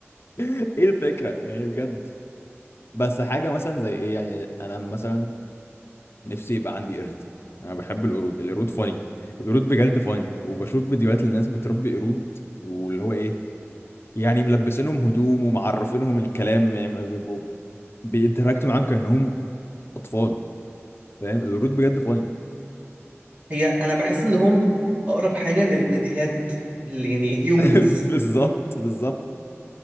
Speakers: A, on the left; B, on the right.
A: ايه الفكرة يعني بجد بس حاجة مثلا زي ايه يعني انا مثلا نفسي يبقى عندي قرد انا بحب القرود القرود فاني القرود بجد فاني وبشوف فيديوهات للناس بتربي قرود واللي هو ايه يعني ملبسينهم هدوم ومعرفينهم الكلام يعني ما بيبقوا بينتراكتوا معاهم كأنهم اطفال فاهم القرود بجد فاني
B: هي انا بحس انهم اقرب حاجه للبيبيهات اللي يعني هيومنز
A: <laughs> بالظبط بالظبط